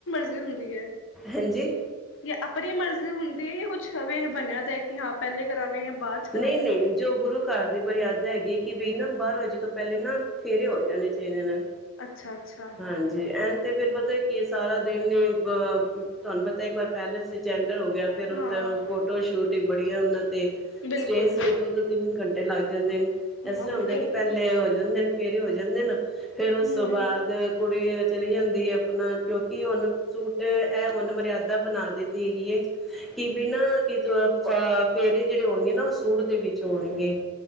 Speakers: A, on the left; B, in the centre.
A: ਇਹ ਹੁੰਦੀ ਹੈ
B: ਹਾਂਜੀ
A: ਜਾਂ ਆਪਣੀ ਮਰਜ਼ੀ ਹੁੰਦੀ ਹੈ ਜਾਂ ਕੁਛ ਇਹ ਬਣਿਆ ਦਾ ਕਿ ਹਾਂ ਪਹਿਲੇ ਕਰਾਉਣੇ ਜਾਂ ਬਾਅਦ ਚ ਕਰਾਣੇ।
B: ਨਹੀਂ ਨਹੀਂ ਜੋ ਗੁਰੂ ਘਰ ਦੀ ਮਰਿਆਦਾ ਹੈਗੀ ਕਿ ਵੀ ਨਾ ਬਾਰਾ ਵਜੇ ਤੋਂ ਪਹਿਲੇ ਨਾ ਫੇਰੇ ਹੋ ਜਾਣੇ ਚਾਹੀਦੇ ਨੇ
A: ਅੱਛਾ-ਅੱਛਾ,
B: ਹਾਂਜੀ ਐਨ ਤੇ ਫਿਰ ਕੀ ਇਹ ਸਾਰਾ ਦਿਨ ਅ ਤੁਹਾਨੂੰ ਪਤਾ ਇੱਕ ਵਾਰ ਪੈਲਸ ਚ ਹੋ ਗਿਆ ਫਿਰ
A: ਹਾਂ
B: ਉਥ ਫੋਟੋ ਸ਼ੂਟ ਹੀ ਬੜੀਆ ਉਹਨਾਂ ਤੇ
A: ਬਿਲਕੁਲ
B: ਸਟੇਜ ਤੋਂ ਦੋ-ਦੋ ਤਿੰਨ ਘੰਟੇ ਤੇ ਲੱਗ ਜਾਂਦੇ ਨੇ ਇਸਰਾਂ
A: ਆਹੋ
B: ਹੁੰਦਾ
A: ਬਿਲਕੁਲ
B: ਕਿ ਪਹਿਲੇ ਹੋ ਜਾਂਦੇ ਨੇ। ਫੇਰੇ ਹੋ ਜਾਂਦੇ ਨੇ ਫਿਰ ਉਸ
A: ਹੂੰ,
B: ਤੋਂ ਬਾਅਦ ਕੁੜੀ ਚਲੀ ਜਾਂਦੀ ਐ ਆਪਣਾ ਕਿਉਂਕਿ ਉਹਨ ਸੂਟ ਇਹ ਹੁਨ ਮਰਿਆਦਾ ਬਣਾ ਦਿੱਤੀ ਹੈਗੀ ਕਿ ਵੀ ਨਾ ਕਿ ਤ ਫੇਰੇ ਜਿਹੜੇ ਹੁਣਗੇ ਨਾ ਉਹ ਸੂਟ ਦੇ ਵਿੱਚ ਹੋਣਗੇ।